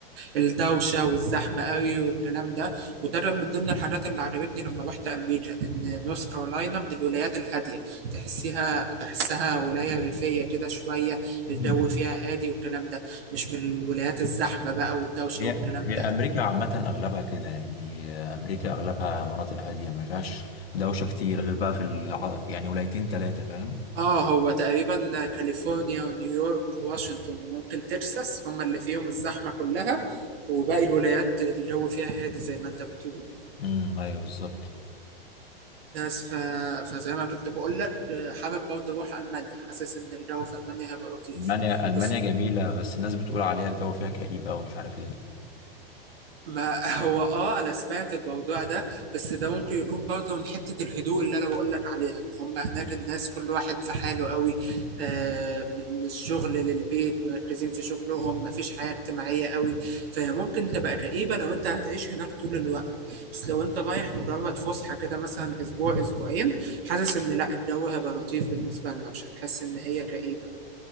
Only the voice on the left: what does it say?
امم
هي
هي
امريكا عامه اغلبها كده يعني امريكا اغلبها مناطق هاديه ما فيهاش دوشه كتير غير بقى في الع... يعني ولايتين ثلاثه فاهم
امم ايوه بالظبط
المانيا المانيا
جميله بس الناس بتقول عليها الجو فيها كئيب أوي مش عارف ليه